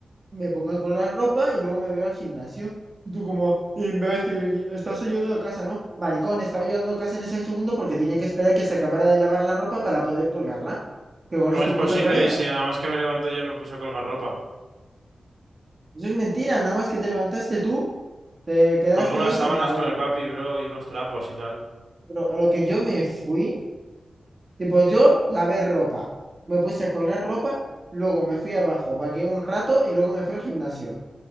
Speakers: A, on the right; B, on the right.
A: me pongo a la ropa y luego me voy al gimnasio. Y tú como, imbécil, estás ayudando a casa, ¿no? Maricón, estaba ayudando a casa en ese segundo porque tenía que esperar que se acabara de lavar la ropa para poder colgarla. Que cuál
B: ¿Cómo
A: es tu
B: es posible?
A: puto problema.
B: Y si
A: Eso
B: nada más que me levanté yo me puse a colgar ropa.
A: es mentira, nada más que te levantaste tú, te quedaste
B: Colgué unas
A: ahí
B: sábanas
A: sentadote.
B: con el papi, bro, y unos trapos y tal.
A: Pero a lo que yo me fui, tipo, yo lavé ropa, me puse a colgar ropa, luego me fui abajo, vagué un rato y luego me fui al gimnasio.